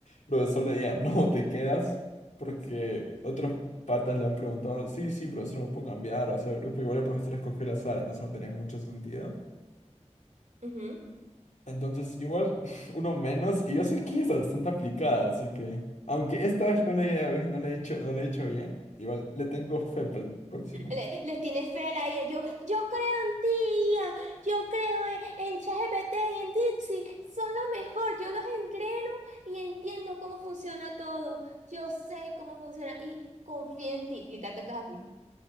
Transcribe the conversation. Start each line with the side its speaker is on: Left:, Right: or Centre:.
Left: profesor le diga, <laughs> no, te quedas, porque otros patas le han preguntado, sí, sí, profesor, me puedo cambiar o hacer el grupo. Igual el profesor escogió la sala, entonces no tenía mucho sentido.
Right: ujú.
Left: Entonces, igual, <laughs> uno menos, y yo sé que es bastante aplicada, así que, aunque esta vez no le haya, <laughs> no le he hecho, no le he hecho bien, igual le tengo fe para el próximo.
Right: Le- les tiene fe a la IA. Yo, yo creo en ti, IA. Yo creo en, en ChatGPT y en Dipsy. Son lo mejor. Yo los entreno y entiendo cómo funciona todo. Yo sé cómo funciona y confío en ti. Y tanto estás así.